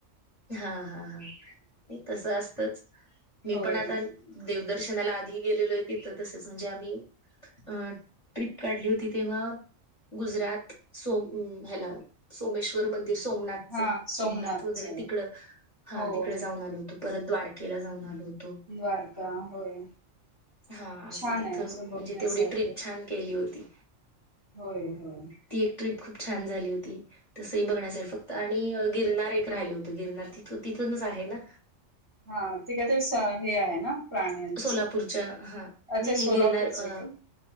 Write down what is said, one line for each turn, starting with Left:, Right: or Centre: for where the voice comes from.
Left: हा हा हा तस असतच मी
Right: होय
Left: पण आता देवदर दर्शनाला आधी गेलेलो आहे तिथं तसच म्हणजे आम्ही अ ट्रिप काढली होती तेव्हा गुजरात सोम हला सोमेश्वर मंदिर सोमनाथ
Right: हा
Left: चं
Right: सोमनाथच
Left: सोमनाथ वगैरे तिक हा
Right: हो
Left: तिकडे जाऊन आलो होतो परत द्वारकेला जाऊन आलो होत
Right: द्वारका होय
Left: हा असं
Right: छान
Left: तिथं
Right: आहे असं बघण्यासारखं
Left: म्हणजे तेवढी ट्रिप छान केली होती
Right: होय होय
Left: ती एक ट्र्रीप छान झाली होती तसही बघण्यासाठी फक्त आणि गिरनार एक राहिले होते गिरणार तिथ तिथूनच आहे ना
Right: हा ते काहीतरी हे आहे ना प्राण्यांचं
Left: सोलापूरच्या हा
Right: अच्छा
Left: नाही नाही
Right: सोलापूरचं
Left: गिरणार अ
Right: आहे का